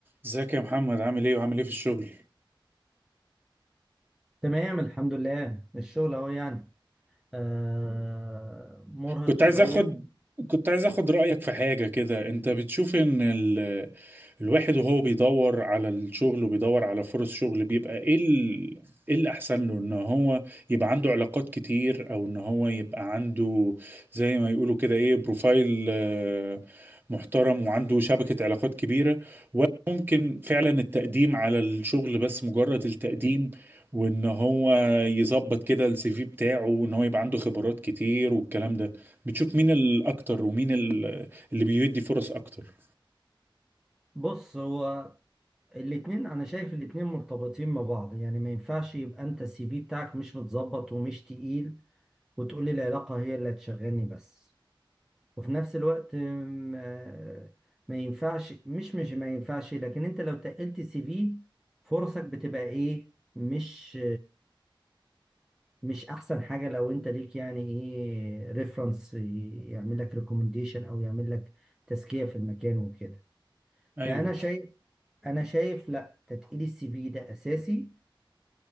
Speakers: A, on the right; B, in the centre.
A: ازيك يا محمد عامل ايه وعامل ايه في الشغل
B: تمام الحمد لله الشغل اهو يعني آه مرهق
A: كنت
B: شوية
A: عايز اخد كنت عايز اخد رأيك في حاجة كده انت بتشوف ان ال... الواحد وهو بيدور على الشغل وبيدور على فرص شغل بيبقى ايه ال... ايه الاحسن له ان هو يبقى عنده علاقات كتير او ان هو يبقى عنده زي ما يقولوا كده ايه بروفايل آه، محترم وعنده شبكة علاقات كبيرة ولا ممكن فعلا التقديم على الشغل بس مجرد التقديم وان هو يظبط كده السي في بتاعه وان هو يبقى عنده خبرات كتير والكلام ده بتشوف مين الاكتر ومين ال- اللي بيدي فرص اكتر
B: بص هو الاتنين انا شايف الاتنين مرتبطين ببعض يعني ما ينفعش يبقى انت السي في بتاعك مش متظبط ومش تقيل وتقولي العلاقة هي اللي هتشغلني بس وفي نفس الوقت آم، آه، ما ينفعش مش مش ما ينفعش لكن انت لو تقلت السي في فرصك بتبقى ايه مش مش احسن حاجه لو انت ليك يعني ايه ريفرنس يعمل لك ريكومنديشن او يعمل لك تزكيه في المكان وكده
A: ايوه
B: فانا شايف انا شايف لا تتقيل السي في ده اساسي